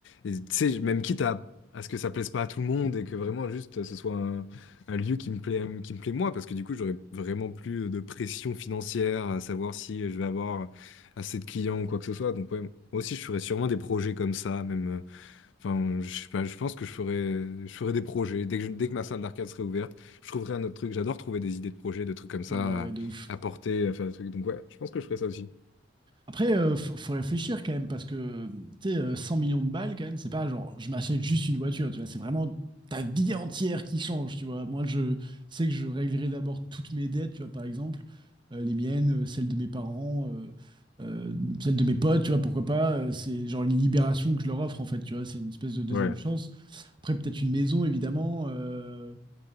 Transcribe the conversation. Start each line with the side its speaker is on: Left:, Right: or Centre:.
Left: Et tu sais, même quitte à, à ce que ça plaise pas à tout le monde et que vraiment juste euh, ce soit un, un lieu qui me plaît, qui me plaît moi, parce que du coup, j'aurais vraiment plus de pression financière à savoir si je vais avoir assez de clients ou quoi que ce soit. Donc, ouais, moi aussi, je ferais sûrement des projets comme ça, même. euh, Enfin, je sais pas, je pense que je ferais, je ferais des projets. Dès que, je- dès que ma salle d'arcade serait ouverte, je trouverais un autre truc. J'adore trouver des idées de projets, de trucs comme ça
Right: Ouais, ouais,
Left: à,
Right: de ouf.
Left: à porter, à faire des trucs. Donc ouais, je pense que je ferais ça aussi.
Right: Après, euh, faut, faut réfléchir quand même, parce que, tu sais, euh, 100 millions de balles, quand même, c'est pas genre, je m'achète juste une voiture, tu vois, c'est vraiment ta vie entière qui change, tu vois. Moi, je sais que je réglerai d'abord toutes mes dettes, tu vois, par exemple, euh, les miennes, euh, celles de mes parents, euh, euh, celles de mes potes, tu vois, pourquoi pas, euh, c'est genre une libération que je leur offre, en fait, tu vois, c'est une espèce de deuxième
Left: Ouais,
Right: chance. Après, peut-être une maison, évidemment. euh,